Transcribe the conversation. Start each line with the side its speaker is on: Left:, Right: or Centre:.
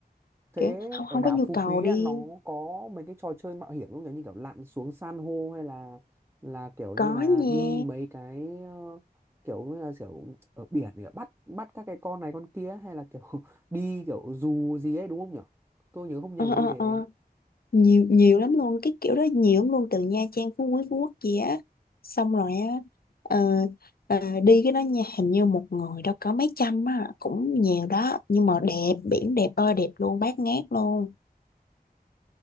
Right: thế
Left: kiểu không
Right: ở
Left: không
Right: đảo
Left: có nhu
Right: Phú
Left: cầu
Right: Quý
Left: đi
Right: à, nó có mấy cái trò chơi mạo hiểm không nhỉ như kiểu lặn xuống san hô hay là là kiểu như
Left: có
Right: là
Left: nha
Right: đi mấy cái ờ, kiểu như là kiểu ở biển để bắt bắt các cái con này con kia hay là kiểu <laughs> đi kiểu dù gì ấy đúng không nhỉ tôi nhớ không nhầm
Left: ờ,
Right: là như
Left: ờ,
Right: thế
Left: ờ. nhiều nhiều lắm luôn cái kiểu đó nhiều lắm luôn từ Nha Trang Phú Quý Phú Quốc gì á xong rồi á ờ, ờ, đi cái đó nha hình như một người đâu có mấy trăm á cũng nhiều đó nhưng mà đẹp biển đẹp ơi đẹp luôn bát ngát luôn